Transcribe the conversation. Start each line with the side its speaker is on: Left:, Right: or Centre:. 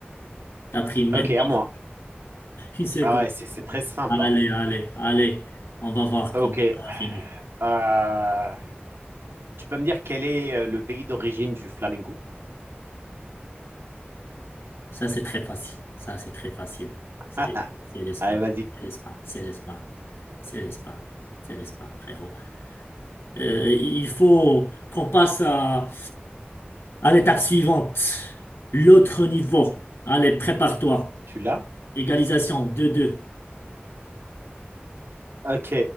Left: T'as pris même
Right: Ok,
Left: pas
Right: à moi.
Left: une seconde.
Right: Ah ouais, c'est c'est très simple,
Left: Allez,
Right: hein.
Left: allez, allez. On va voir
Right: Ok.
Left: comment ça va finir.
Right: euh, tu peux me dire quel est euh, le pays d'origine du flamingo?
Left: Ça, c'est très facile. Ça, c'est très facile.
Right: <laughs>
Left: C'est c'est l'Espagne.
Right: Allez, vas-y.
Left: C'est l'Espagne. C'est l'Espagne. C'est l'Espagne. C'est l'Espagne, frérot. Euh, il faut qu'on passe à, à l'étape suivante. L'autre niveau. Allez, prépare-toi.
Right: Tu l'as?
Left: Égalisation 2-2.
Right: Ok.